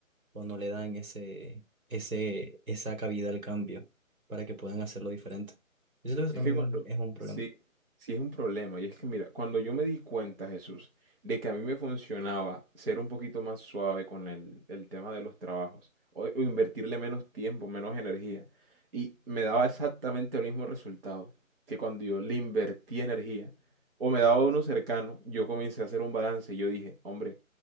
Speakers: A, on the right; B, on the right.
A: o no le dan ese, ese, esa cabida al cambio para que puedan hacerlo diferente. Yo siento que eso
B: Es
A: también
B: que cuando,
A: es un problema.
B: sí, sí es un problema. Y es que mira, cuando yo me di cuenta, Jesús, de que a mí me funcionaba ser un poquito más suave con el, el tema de los trabajos, o, o invertirle menos tiempo, menos energía, y me daba exactamente el mismo resultado que cuando yo le invertí energía, o me daba uno cercano, yo comencé a hacer un balance y yo dije, hombre,